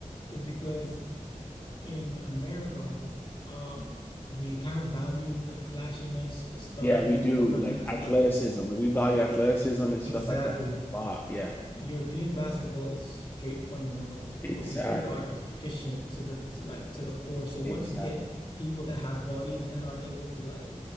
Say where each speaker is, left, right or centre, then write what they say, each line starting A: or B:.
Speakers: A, on the left (about 40°); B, on the left (about 15°).
A: Is because in America, um, we kind of value the flashiness, the stardom,
B: Yeah, we do
A: and all that
B: like
A: kind of stuff.
B: athleticism. Like, We value athleticism
A: E-
B: and stuff
A: Exactly.
B: like that a lot. Yeah,
A: European basketball is straight fundamentals,
B: exactly.
A: bro. These people are efficient to the to like to the core. So once
B: Exactly.
A: you get people that have bodies and are able to like